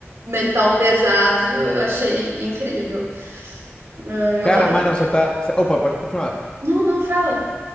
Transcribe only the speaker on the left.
Cara,
mas não, você tá. você- Opa, pode continuar.